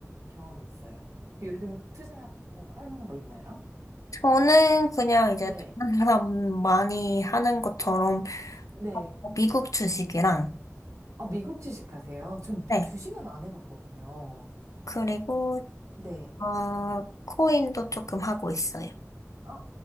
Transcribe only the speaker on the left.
저는 그냥 이제
다른 사람 많이 하는 것처럼
어, 미국 주식이랑,
네.
그리고,
어, 코인도 조금 하고 있어요.